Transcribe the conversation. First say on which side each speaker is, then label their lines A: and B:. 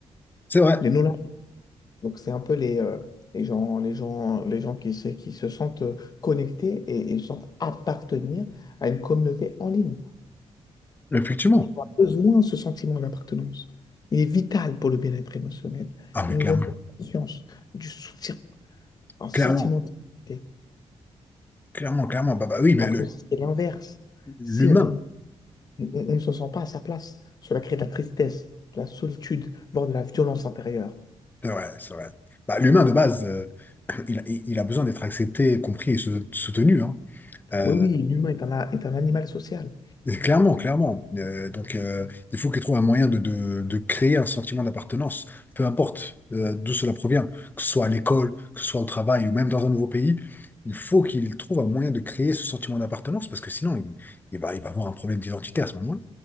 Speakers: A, on the left; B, on the left.
A: C'est vrai,
B: les no Donc, c'est un peu les, euh, les gens, les gens, les gens qui, se- qui se sentent euh, connectés et, et sentent appartenir à une communauté en ligne.
A: effectivement.
B: On a besoin de ce sentiment d'appartenance. Il est vital pour le bien-être émotionnel.
A: Ah, mais
B: Il nous
A: clairement,
B: donne de la confiance, du soutien, un sentiment
A: clairement.
B: de sécurité.
A: Clairement, clairement. Bah, bah oui, mais
B: Alors
A: le-
B: que si c'est l'inverse.
A: l'humain,
B: Si on On, on- on ne se sent pas à sa place. Cela crée de la tristesse, de la solitude, voire de la violence intérieure.
A: c'est vrai, c'est vrai. Bah, l'humain, de base, euh, <clears throat> il, il il a besoin d'être accepté, compris et sou- soutenu. hein. Euh,
B: Oui, oui, l'humain est un, a- est un animal social.
A: et clairement, clairement. Euh, donc, euh, il faut qu'il trouve un moyen de, de- de créer un sentiment d'appartenance, peu importe euh, d'où cela provient, que ce soit à l'école, que ce soit au travail ou même dans un nouveau pays. Il faut qu'il trouve un moyen de créer ce sentiment d'appartenance parce que sinon, il, il va, il va avoir un problème d'identité à ce moment-là.